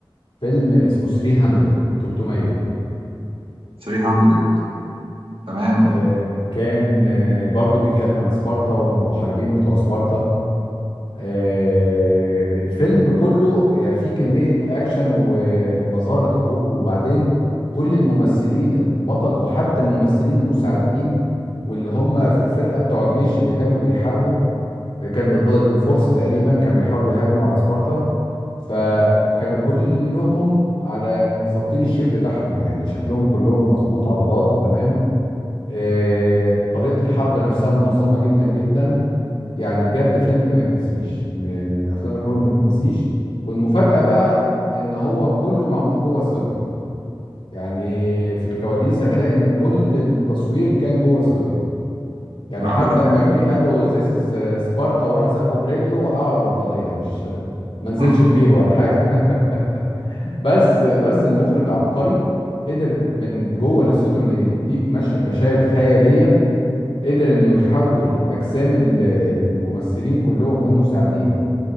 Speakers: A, on the left; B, on the right.
A: فيلم اسمه 300 300
B: 300 تمام
A: آه، كان آه، برضو بيتكلم عن سبارتا والمحاربين بتوع سبارتا آه، الفيلم كله يعني فيه كمية أكشن ومظاهر حروب وبعدين كل الممثلين البطل وحتى الممثلين المساعدين واللي هم في الفرقة بتوع الجيش اللي كانوا بيحاربوا كان ضد الفرس تقريبا كان بيحاولوا يهاجموا على سبارتا فكانوا كلهم على مظبطين الشيب بتاعهم يعني شكلهم كلهم مظبوط عضلات تمام آه، طريقة الحرب نفسها منظمة جدا جدا يعني بجد فيلم ما يتنسيش من من افلام الحروب ما يتنسيش والمفاجأة بقى ان هو كله معمول جوه استوديو يعني في الكواليس هتلاقي ان كل التصوير كان جوه استوديو يعني
B: معقولة
A: حتى
B: فعلا
A: لما جه قال له ذيس از سبارتا وراح زقه برجله وقعه على بطانيه مش ما نزلش
B: <laughs>
A: في بير ولا حاجه <laughs> بس بس المخرج عبقري قدر من جوه الاستوديو انه يديك مش... مشاهد خياليه قدر انه يحول اجسام ال- الممثلين كلهم والمساعدين